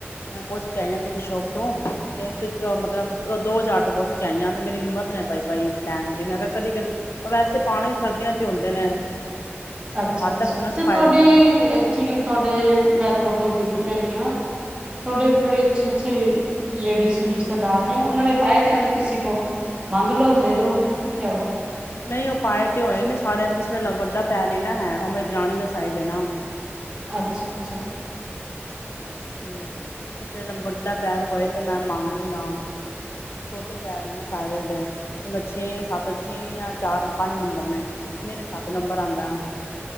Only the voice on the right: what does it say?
ਅੱਛਾ,
ਅੱਛਾ,
ਤੇ
ਤੁਹਾਡੇ
ਏ
ਐਚਲੀ ਤੋਡੇ ਮੈਂ ਫੋਟੋਜ ਦੇਖਦੀ ਰੈਨੀ ਆ। ਤੋਡੇ ਬੜੇ ਅੱਛੇ ਅੱਛੇ ਲੇਡੀਸ ਰਿਸ਼ਤੇਦਾਰ ਨੇ ਓਨਾਂ ਨੇ ਪਏ ਤੇੇ ਹੋਏ ਕਿਸੀ ਕੋ ਮੰਗ ਲਓ, ਦੇ ਦੋ ਫਿਰ ਕਿਆ ਹੋ ਗਿਆ।
ਅੱਛਾ, ਅੱਛਾ।